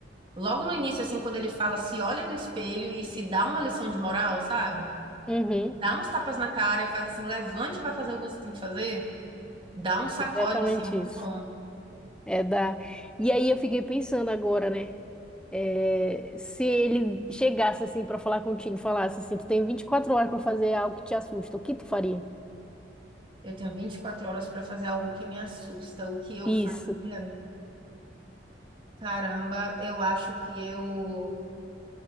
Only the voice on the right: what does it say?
Logo no início, assim, quando ele fala, se olha no espelho e se dá uma lição de moral, sabe?
Dá uns tapas na cara e faz assim, levante e vai fazer o que você tem que fazer. Dá um sacode,
assim, muito
bom.
Eu tenho 24 horas para fazer algo que me assusta. O que eu
faria? Caramba, eu acho que eu